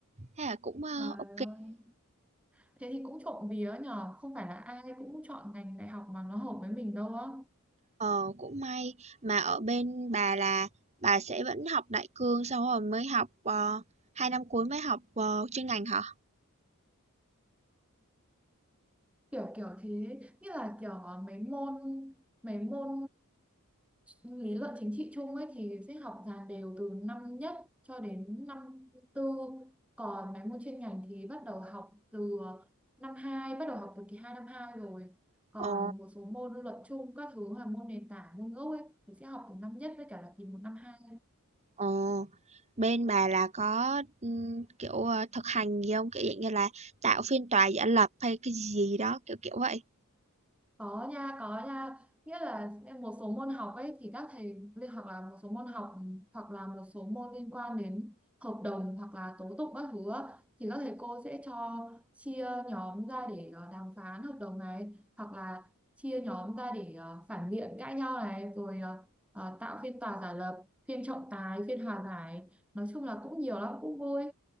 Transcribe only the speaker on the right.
thế là cũng, ơ,
ô
Ờ, cũng may mà ở bên bà là bà sẽ vẫn học đại cương sau rồi mới học ờ, hai năm cuối mới học ờ, chuyên ngành hả?
Ờ,
ờ. Bên bà là có ừm, kiểu ờ, thực hành gì không? Kiểu dạng như là tạo phiên tòa giả lập hay cái gì đó kiểu kiểu vậy.